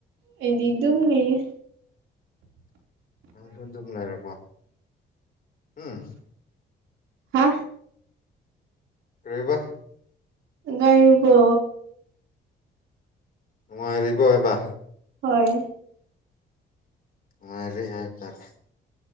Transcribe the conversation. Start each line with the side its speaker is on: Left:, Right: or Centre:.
Right: ꯑꯩꯗꯤ ꯑꯗꯨꯝꯅꯦꯌꯦ
Left: ꯁꯨ ꯞꯅꯔꯀꯣ ꯎꯝ
Right: ꯍꯥ
Left: ꯀꯦꯕ
Right: ꯀꯕꯣ
Left: ꯅꯨꯡꯉꯥꯏꯔꯤꯕꯣ ꯍꯥꯏꯕ
Right: ꯍꯣꯏ
Left: ꯉꯔꯤ ꯍꯥꯏ ꯇꯔ